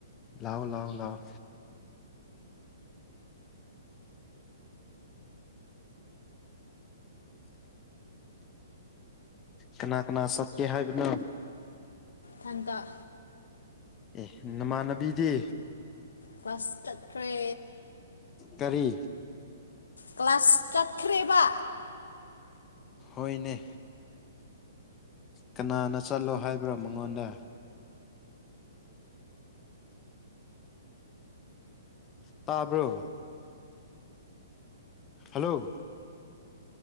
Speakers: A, on the left (about 20°); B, on the left (about 70°).
A: ꯂꯑꯣ ꯂꯑꯣ ꯂꯑꯣ ꯀꯅꯥ ꯀꯅꯥ ꯁꯇꯦ ꯍꯥꯏꯕꯅ
B: ꯊꯟꯗ
A: ꯑꯦ ꯅꯃꯥꯟꯅꯕꯤꯗꯤ
B: ꯀ꯭ꯂꯁ ꯆꯠꯈ꯭ꯔꯦ
A: ꯀꯔꯤ
B: ꯀ꯭ꯂꯥꯁ ꯆꯠꯈ꯭ꯔꯦꯕ
A: ꯍꯅꯦ ꯀꯅꯥꯅ ꯆꯠꯂꯣ ꯍꯥꯏꯕ꯭ꯔꯣ ꯃꯉꯣꯟꯗ ꯇꯥꯕ꯭ꯔꯣ ꯍꯜꯂꯣ